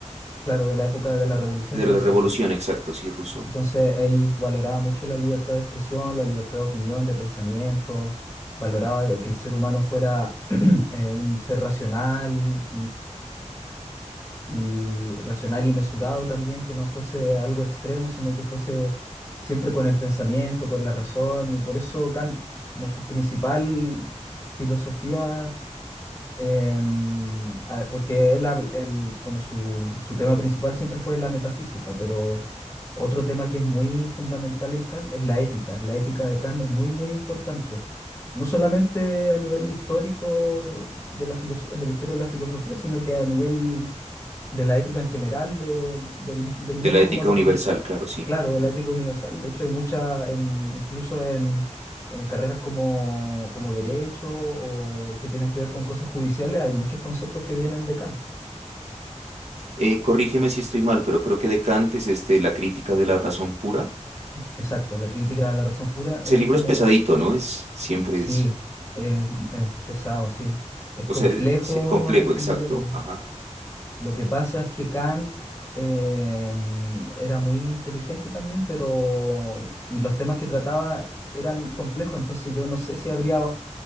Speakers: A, on the left (about 25°); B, on the right (about 60°).
A: claro, de la época de la Revolución
B: de
A: Francesa.
B: la revolución, exacto, sí, Rousseau.
A: Entonces él valoraba mucho la libertad de expresión, la libertad de opinión, de pensamiento, valoraba que el ser humano fuera <clears throat> eh, un ser racional y racional y mesurado también, que no fuese algo extremo, sino que fuese siempre con el pensamiento, con la razón, y por eso Kant, como su principal filosofía, em, a- porque él, habl- él, como su, su tema principal siempre fue la metafísica, pero otro tema que es muy fundamental en Kant es la ética. La ética de Kant es muy, muy importante. No solamente a nivel histórico de la, filoso- de la historia de la filosofía, sino que a nivel de la ética en general de- del, del mundo
B: De la ética
A: como lo
B: universal,
A: conocemos.
B: claro, sí.
A: Claro, de la ética universal. De hecho, hay mucha, en- incluso en, en carreras como, como derecho o que tienen que ver con cosas judiciales, hay muchos conceptos que vienen de Kant.
B: Eh, corrígeme si estoy mal, pero creo que de Kant es este, La crítica de la razón pura.
A: Exacto, la crítica de la razón pura,
B: Ese
A: ese
B: libro
A: es como,
B: es pesadito, ¿no? Es, siempre
A: sí,
B: es,
A: es, es pesado, sí. Es
B: o
A: complejo
B: sea, es- sí, complejo,
A: de entender.
B: exacto,
A: eh.
B: ajá.
A: Lo que pasa es que Kant eh, era muy inteligente también, pero... Y los temas que trataba eran complejos, entonces yo no sé si habría... o-